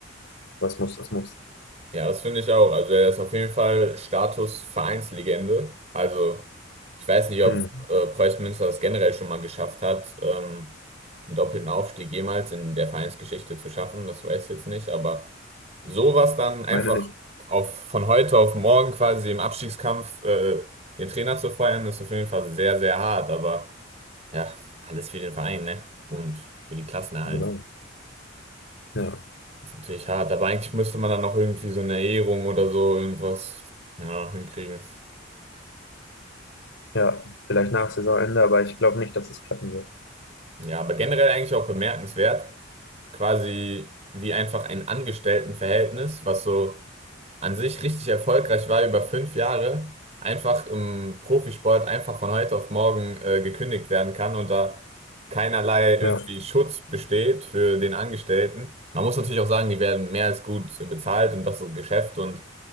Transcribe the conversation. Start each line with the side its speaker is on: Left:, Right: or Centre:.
Left: was muss, das muss.
Right: Ja, das finde ich auch. Also er ist auf jeden Fall Status Vereinslegende. Also ich weiß nicht, ob
Left: Hm,
Right: äh, Preußen Münster das generell schon mal geschafft hat, ähm, einen doppelten Aufstieg jemals in der Vereinsgeschichte zu schaffen. Das weiß ich jetzt nicht, aber sowas dann einfach
Left: meine nicht.
Right: auf, von heute auf morgen quasi im Abstiegskampf äh, den Trainer zu feuern, ist auf jeden Fall sehr, sehr hart. Aber ja, alles für den Verein, ne? Und für die Klassenerhalt.
Left: Genau. Ja,
Right: Das ist natürlich hart, aber eigentlich müsste man dann noch irgendwie so eine Ehrung oder so irgendwas ja, hinkriegen.
Left: ja, vielleicht nach Saisonende, aber ich glaube nicht, dass es klappen wird.
Right: Ja, aber generell eigentlich auch bemerkenswert, quasi wie einfach ein Angestelltenverhältnis, was so an sich richtig erfolgreich war über fünf Jahre, einfach im Profisport einfach von heute auf morgen äh, gekündigt werden kann und da keinerlei irgendwie
Left: Ja,
Right: Schutz besteht für den Angestellten. Man muss natürlich auch sagen, die werden mehr als gut bezahlt und das ist ein Geschäft und